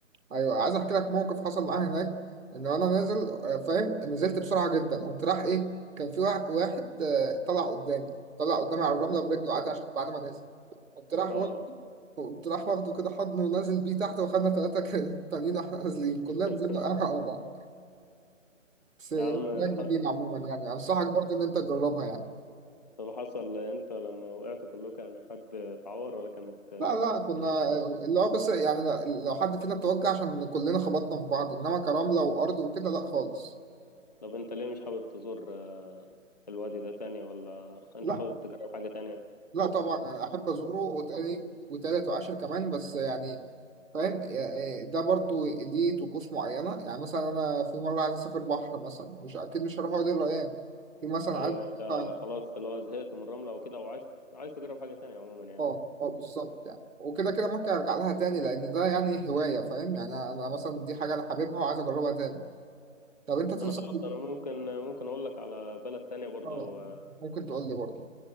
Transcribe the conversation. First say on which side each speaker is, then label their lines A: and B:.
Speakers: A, on the right (about 80°); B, on the left (about 30°).
A: ايوه عايز احكي لك موقف حصل معايا هناك ان انا نازل آه، فاهم نزلت بسرعه جدا قمت راح ايه كان في واحد واحد آه، طلع قدامي طلع قدامي على الرمله برجله عادي عشان بعد ما نزل قمت راح
B: اه
A: وا- قمت راح واخده كده حضنه ونازل بيه تحت واخدنا ثلاثه تانيين واحنا نازلين
B: <laughs>
A: كلنا نزلنا <laughs> على بعض بس
B: يا عم الح...
A: كان جميل عموما يعني انصحك برضو ان انت تجربها يعني
B: طب حصل انت لما وقعتوا كلكم يعني حد اتعور ولا كانت آه،
A: لا لا
B: الدنيا
A: كنا
B: تمام؟
A: اللي هو بس يعني ل- لو حد فينا توجع عشان كلنا خبطنا في بعض انما كرملة وارض وكده لا خالص
B: طب انت ليه مش حابب تزور آه، الوادي ده تاني ولا انت
A: لا
B: حابب تجرب حاجة تانية
A: لا طبعا يعني احب ازوره وتاني وتالت وعاشر كمان بس يعني فاهم يا- ده برضو ليه طقوس معينة يعني مثلا انا في مرة عايز اسافر بحر مثلا مش اكيد مش هروح وادي الريان في مثلا
B: ايوه
A: عايز
B: انت
A: أسافر-
B: خلاص اللي هو زهقت من الرملة وكده وعايز عايز تجرب حاجة تانية عموما يعني
A: اه اه بالظبط يعني وكده كده ممكن ارجع لها تاني لان ده يعني هواية فاهم يعني انا أنا مثلا دي حاجة انا حاببها وعايز اجربها تاني طب انت تنصحني
B: انا خلاص انا ممكن ممكن اقول لك على بلد تانية برضو
A: اه
B: آه،
A: ممكن تقول لي برضه